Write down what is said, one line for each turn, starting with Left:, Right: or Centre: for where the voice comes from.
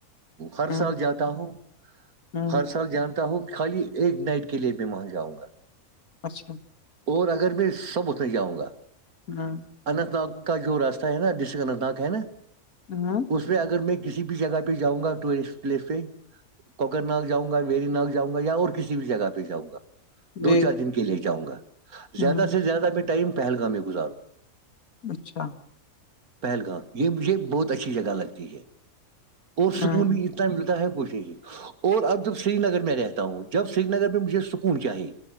Right: ہر
Left: ہ
Right: سال جاتا ہوں
Left: ہ
Right: ہر سال جانتا ہوں کہ خالی ایک نائٹ کے لیے میں وہاں جاؤں گا
Left: اچھا
Right: اور اگر میں سب اتنے ہی جاؤں گا
Left: ہاں
Right: اننت ناگ کا جو راستہ ہے نا ڈسٹرک اننتناگ ہے ن
Left: ہاں
Right: اس میں اگر میں کسی بھی جگہ پہ جاؤں گا ٹورسٹ پلیس پہ کوکر ناگ جؤں گا ویری ناگ جاؤں گا یا اور کسی بھی جگہ پہ جاں گا دو
Left: جی
Right: چار دن کے لیے جاؤں گا
Left: ہ
Right: زیادہ سے زیادہ میں ٹائم پہلگام میں گزاروں گا
Left: اچھا
Right: پہلگام یہ مجھے بہت اچھی جگہ لگتی ہے اور
Left: ہ
Right: سکون بھی اتنا ملتا ہے کچھ اور اب جب سری نگر میں رہتا ہوں جب سری نگر میں مجھے سکون چاہی